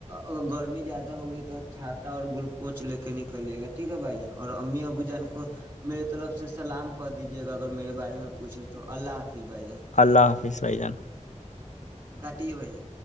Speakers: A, on the right; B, on the left.
A: اگر گرمی زیادہ ہوگی تو چھاتا اور گلوکوچ لے کے نکلیے گا ٹھیک ہے بھائی جان اور اممی ابو جان کو۔ میرے طلف سے سلام۔ کر دیجیے گا اگر میرے بارے میں پوچھے تو اللہ حافظ۔ بھائی جان
B: اللہ حافظ بھائی جان۔
A: کاٹیے بھائی جان۔